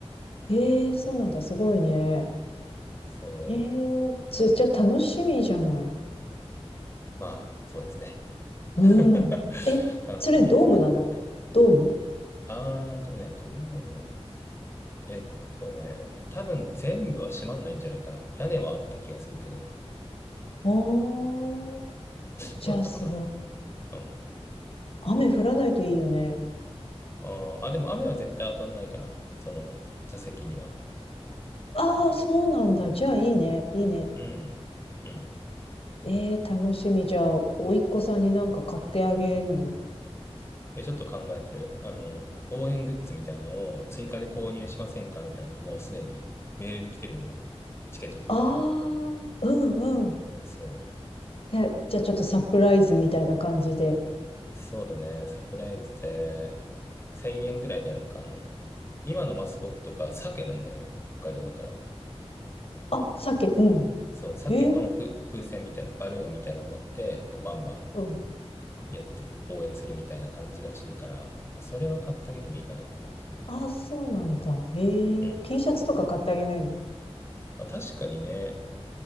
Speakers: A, on the left; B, on the left.
A: ええそうなんだ。すごいね。
B: そう、
A: ええつ、じゃあ楽しみじゃない。
B: まあ、そうですね。
A: う
B: <laughs>
A: ん。え、
B: 楽しみですね。
A: それドームなのドーム
B: はい、あーんとね、ドーム。えっとね、多分全部は閉まんないんじゃないかな。屋根はあった気がするけど、
A: ああー、じゃあさ、
B: どうだったかな。うん。
A: 雨降らないといいよね。
B: あーあ、でも雨は絶対当たんないかな。その座席には。
A: ああ、そうなんだ。じゃあいいね。いいね。
B: うん。うん
A: ええ楽しみ。じゃあ、甥っ子さんになんか買ってあげんの
B: で、ちょっと考えてる。あの、応援グッズみたいのを追加で購入しませんかみたいなのがもうすでにメールで来てるんよ。チケット取ったから。
A: ああ、うんうん。
B: そう。
A: で、じゃあちょっとサプライズみたいな感じで。
B: そうだね。サプライズで、1000円ぐらいでなんかあの、今のマスコットが鮭なんだよね。北海道だから。
A: あ、鮭、うん。
B: そう、鮭のふ風船みたいな、
A: えー
B: バルーンみたいなのを持って、こうバンバン
A: うん。
B: やって応援するみたいな感じらしいから、それは買ってあげてもいいかなって感じ。
A: あ、そうなんだ。えー、
B: うん。
A: T シャツとか買ってあげないの
B: あ、確かにね、